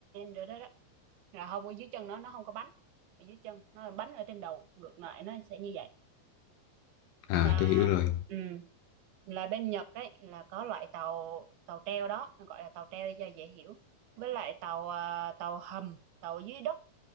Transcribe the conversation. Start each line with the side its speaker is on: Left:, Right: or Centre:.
Right: rồi đó, đó là không ở dưới chân nó nó không có bánh ở dưới chân nó là bánh ở trên đầu ngược lại nó sẽ như vậy
Left: à
Right: là
Left: tôi hiểu rồi
Right: ừ, là bên Nhật ấy là có loại tàu tàu treo đó gọi là tàu treo đi cho dễ hiểu với lại tàu à, tàu hầm tàu dưới đất